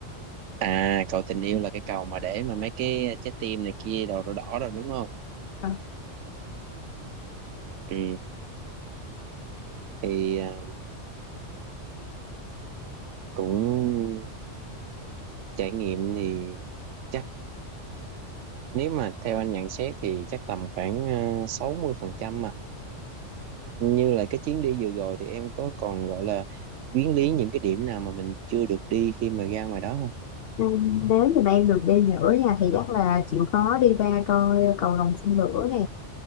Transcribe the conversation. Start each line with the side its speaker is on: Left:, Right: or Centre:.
Right: À, cầu tình yêu là cái cầu mà để mà mấy cái trái tim này kia đỏ đỏ đỏ rồi đúng không?
Left: à,
Right: Ừ, thì à, cũng trải nghiệm thì chắc nếu mà theo anh nhận xét thì chắc tầm khoảng à, 60% mà. Như là cái chuyến đi vừa rồi thì em có còn gọi là quyến lý những cái điểm nào mà mình chưa được đi khi mà ra ngoài đó không?
Left: nếu như mà em được đi nữa nha thì chắc là chịu khó đi ra coi cầu rồng xin lửa nè